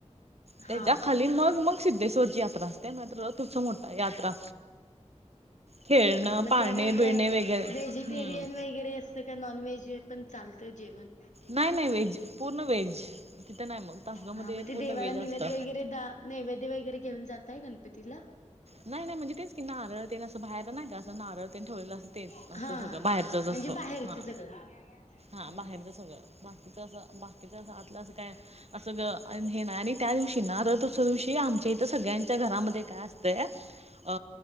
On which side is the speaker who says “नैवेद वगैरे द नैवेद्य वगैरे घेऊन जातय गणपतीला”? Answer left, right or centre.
Left